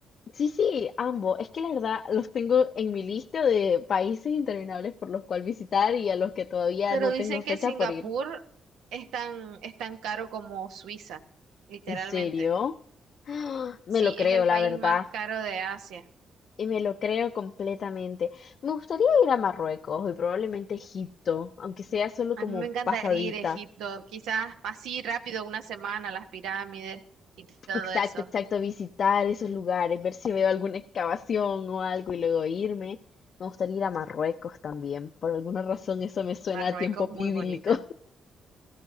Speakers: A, on the left; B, on the right.
A: Sí, sí, ambos. Es que la verdad los tengo en mi lista de países interminables por los cuales visitar y a los que todavía
B: pero
A: no
B: dicen
A: tengo fecha
B: que Singapur
A: por ir.
B: es tan, es tan caro como Suiza, literalmente.
A: ¿En serio? <gasps> ¡Ah! Me
B: Sí,
A: lo creo,
B: es el
A: la
B: país
A: verdad.
B: más caro de Asia.
A: Y me lo creo completamente. Me gustaría ir a Marruecos y probablemente Egipto, aunque sea solo
B: A
A: como
B: mí me encantaría
A: pasadita.
B: ir a Egipto, quizás así rápido, una semana, las pirámides y todo
A: Exacto,
B: eso.
A: exacto, visitar esos lugares, ver si veo alguna excavación o algo y luego irme. Me gustaría ir a Marruecos también. Por alguna razón eso me suena
B: Marruecos
A: a tiempo
B: muy
A: bíblico.
B: bonita.